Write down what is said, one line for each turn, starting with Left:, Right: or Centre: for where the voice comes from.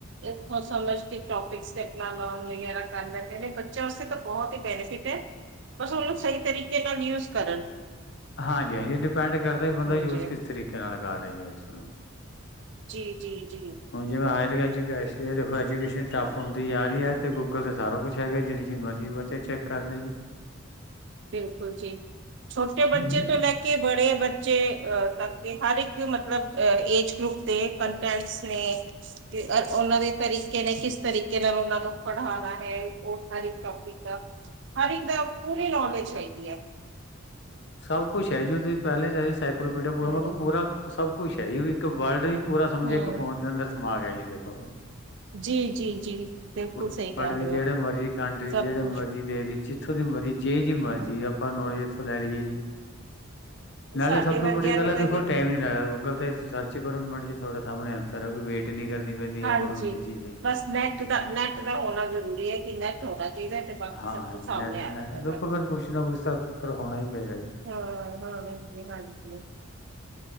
Right: ਥ ਸਮਝਤੀ ਟੋਪਿਕਸ ਟੈਕ ਵਗੈਰਾ ਕਰਨਾ ਗੇ ਬੱਚਿਆਂ ਆਸਤੇ ਤਾਂ ਬੋਤ ਹੀ ਬੈਨੀਫਿਟ ਏ ਬਸ ਉਨੂੰ ਸਈ ਤਰੀਕੇ ਨਾਲ ਯੂਜ ਕਰਨ।
Left: ਹਾਂਜੀ-ਹਾਂਜੀ ਡਿਪੈਂਡ ਕਰਦਾ ਬੰਦਾ
Right: ਹਾਂਜੀ
Left: ਯੂਜ ਕਿਸ ਤਰੀਕੇ ਨਾਲ ਕਰ ਰਿਆ ਯੂਜ ਉਸਨੂੰ
Right: ਜੀ-ਜੀ-ਜੀ।
Left: ਹੁਣ ਜਿਵੇਂ ਹਾਇਰ ਐਜੂਕੇਸ਼ ਦੇਖੋ ਐਜੂਕੇਸ਼ਨ ਟੱਫ ਹੁੰਦੀ ਜਾ ਰਈ ਐ ਤੇ ਗੂਗਲ ਤੇ ਸਾਰਾ ਕੁਛ ਹੈਗਾ ਜੇੜੀ ਜਿ ਮਰਜ਼ੀ ਬੱਚਾ ਚੈੱਕ ਕਰ ਲੈ ਜੀ।
Right: ਬਿਲਕੁਲ ਜੀ ਛੋਟੇ ਬੱਚੇ
Left: ਹੂੰ।
Right: ਤੋਂ ਲੈ ਕੇ ਕਿ ਬੜੇ ਬੱਚੇ ਤ ਹਰ ਇੱਕ ਮਤਲਬ ਏਜ ਗਰੁੱਪ ਦੇ ਕੰਟੈਂਟਸ ਨੇ। ਤੇ ਉਨਾਂ ਦੇ ਤਰੀਕੇ ਨੇ ਕਿਸ ਤਰੀਕੇ ਨਾਲ ਉਨਾਂ ਨੂੰ ਪੜ੍ਹਾਣਾ ਹੈ ਓ ਸਾਰੀ ਟੋਪਿਕ ਹਰ ਇੱਕ ਦਾ ਪੂਰੀ ਨੌਲੇਜ ਹੈਗੀ ਹੈ।
Left: ਸਭ ਕੁਛ ਹੈ ਜੀ ਤੁਸੀਂ ਪੈਲਾਂ ਸਾਈਕਲੋਪੀਡੀਰਾ
Right: ਹੂੰ
Left: ਮਤਲ ਪੂਰਾ ਸਭ ਕੁਛ ਹੈ ਜੀ ਇੱਕ ਵਰਲਡ ਪੂਰਾ ਸਮਝੇ
Right: ਹੂੰ
Left: ਇੱਕ ਫੋਨ ਦੇ ਅੰਦਰ ਸਮਾ ਗਿਆ ਜੀ ਦੇਖੋ
Right: ਜੀ ਜੀ ਜੀ ਬਿਲਕੁਲ
Left: ਵਰਲਡ
Right: ਸਹੀ ਕਹਿ
Left: ਦੀ
Right: ਰਹੇ
Left: ਜੇੜੇ
Right: ਹੋ
Left: ਮਰਜੀ ਕੰਟਰੀ
Right: ਸਭ
Left: ਜੇੜੇ
Right: ਕੁਛ
Left: ਮਰਜੀ ਦੇਸ਼ 'ਚ ਇੱਥੋਂ ਦੀ ਮਰਜ਼ੀ ਜੇ ਜਿ
Right: ਹਾਂ,
Left: ਮਰਜ਼ੀ ਆਪਾਂ ਨੌਲੇਜ ਇੱਥੋਂ ਲੈ ਲਈਏ ਜੀ। ਨਾਲੇ
Right: ਸਾਡੇ
Left: ਸਭ ਤੋਂ
Right: ਵਰਗਿਆਂ
Left: ਵੱਡੀ ਗੱਲ
Right: ਨੂੰ
Left: ਏ
Right: ਤਾਂ
Left: ਦੇਖੋ ਟੈਮ ਨੀ ਲੱਗਦਾ ਗੂਗਲ ਤੇ ਸਰਚ ਕਰੋ ਮਿੰਟ ਜੀ ਤੁਹਾਡੇ ਸਾਹਮਣੇ ਆ ਸਾਰਾ ਕੋਈ ਵੇਟ ਨੀ ਕਰਨੀ ਪੈਂਦੀ
Right: ਹਾਂਜੀ
Left: ਆਪਾਂ ਨੂੰ ਕਿਸੇ ਚੀਜ਼ ਦੀ
Right: ਬਸ ਨੈੱਟ ਦਾ ਨੈੱਟ ਦਾ ਹੋਣਾ ਜ਼ਰੂਰੀ ਹੈ ਕਿ ਨੈੱਟ ਹੋਣਾ ਚਾਹੀਦਾ ਤੇ ਬਾਕੀ
Left: ਹਾਂ
Right: ਸਭ ਕੁਛ
Left: ਨੈਟ-ਨੈਟ
Right: ਸਾਹਮਣੇ ਆ ਜਾਂਦਾ ਤੁਹਾਡੇ
Left: ਦੇਖੋ ਫਿਰ ਕੁਛ ਨਾ ਕੁਛ ਤਾਂ ਫਿਰ ਹੋਣਾ ਈ ਪਏਗਾ ਜੀ।
Right: ਹਾਂ-ਹਾਂ ਜੀ ਹਾਂਜੀ।